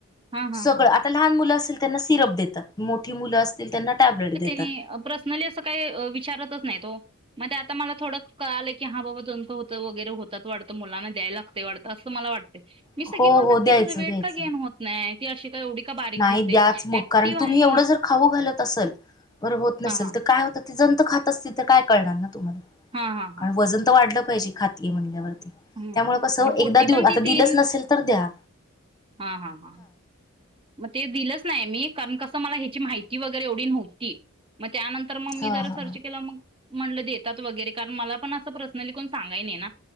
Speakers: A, on the right (about 25°); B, on the left (about 20°).
A: हा हा
B: सगळं
A: हा हा
B: आता लहान मुलं असेल. त्यांना सिरप देतात मोठी मुलं अस त्यांना टॅबलेट देतात.
A: आणि पर्सनली असं काही विचारतच नाही तो. मग आता मला थोडं कळालं की हा बाबा जंत होतं वगैरे होतच वाटतं मुलांना द्याय लागतं वातं असं मला वाटतं. मी
B: हो,
A: सगळी म्हणतात
B: हो. द्यायचं,
A: की तिचा वेट
B: द्यायचं.
A: काय गेन होत नाही ती अशी काय एवढी का बारीक
B: नाही
A: दिसते
B: द्याच मगं
A: ऍक्टिव्ह
B: कारण तुम्ही
A: आहे
B: एवढं जर खा खावू घालत अस होत न
A: हा हा
B: तर काय होत जंत खात असतील तर काय कळणार
A: हा हा हा
B: वजन तर वाढलं पाहिजे खाती म्हणल्यावर त्यामुळे
A: हम्म
B: कसं
A: आणि पोटी
B: एकदा
A: पण
B: देऊन
A: ती
B: आता
A: तीन
B: दिलंच नसेल तर द्या
A: हा हा हा. मगं ते दिलंच नाही मी कारण कस मला ह्याची माहिती वगैरे एवढी नव्हती त्यानंतर मगं मी
B: हा
A: जरा
B: हा
A: सर्च केलं मगं म्हणलं देतात वगैरे कारण मला पण असं पर्सनली कोण सांगाय नाही ना